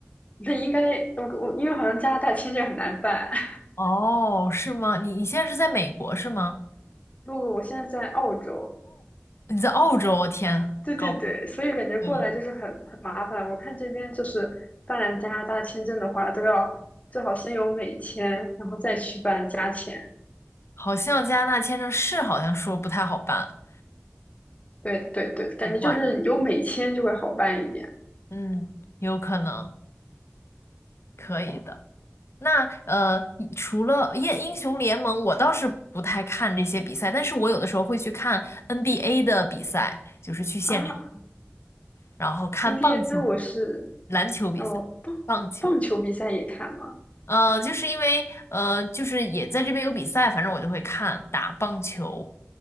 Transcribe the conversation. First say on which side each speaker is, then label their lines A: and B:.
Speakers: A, on the left; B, on the left.
A: 那应该我我因为好像加拿大签证很难办。<laughs>
B: 哦，是吗？你你现在是在美国是吗？
A: 不不，我现在在澳洲。
B: 你在澳洲啊，我天，
A: 对对对，
B: 高，
A: 所以感觉过来就是很很麻烦。
B: 可以。
A: 我看这边就是办加拿大签证的话，都要最好先有美签，然后再去办加签。
B: 好像加拿大签证是好像说不太好办，
A: 对的，对对，感觉就是有美签就会好办一点
B: 奇怪。嗯，有可能，可以的。那呃，除了英英雄联盟，我倒是不太看这些比赛，但是我有的时候会去看 NBA 的比赛，就是去现场，
A: 啊。
B: 然后看棒球、
A: NBA 我是
B: 篮球比赛、
A: 哦，棒棒球比赛也看吗？
B: 棒球。呃，就是因为呃，就是也在这边有比赛，反正我就会看打棒球、